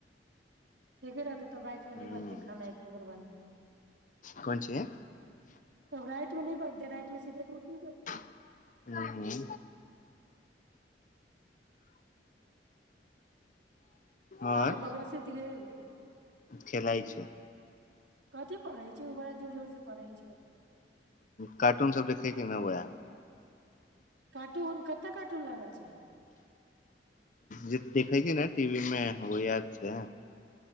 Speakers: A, on the right; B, on the left.
A: ठीके रहतै तब राति
B: हूं
A: में नहि बनते खाना एके बेर बनत
B: कोन छै
A: तब राति मे नहि बनतै त रातमेै सीधे रोटी ब
B: हू हू और
A: आओर बोआ सुइत गेल
B: खेलाइ छै
A: कथी पढ़ै छै ओ बड़ा जोर जोर से परहै छै
B: कार्टूनसभ देखैके न उएह
A: कार्टून कते कार्टून लागल छै
B: जे देखै छै न टीवी मे ओ याद छै